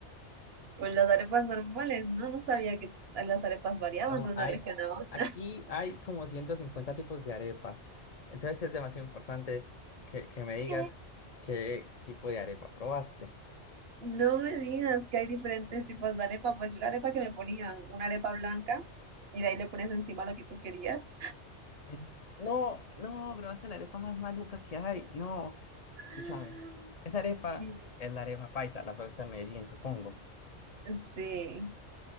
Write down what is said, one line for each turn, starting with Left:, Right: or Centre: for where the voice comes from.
Right: pues las arepas normales, ¿no? No sabía que las arepas variaban
Left: No,
Right: de una
Left: hay,
Right: región
Left: a-
Right: a otra.
Left: aquí
Right: <laughs>
Left: hay como 150 tipos de arepas. Entonces es demasiado importante que, que me digas
Right: ¿Qué?
Left: qué tipo de arepa probaste.
Right: No me digas que hay diferentes tipos de arepa, pues yo la arepa que me ponían, una arepa blanca, y de ahí le ponías encima lo que tú querías.
Left: Mm, No, no, probaste la arepa más maluca que hay. No,
Right: Ah,
Left: escúchame. Esa arepa
Right: Dime.
Left: es la arepa paisa, la probaste en Medellín, supongo.
Right: Sí.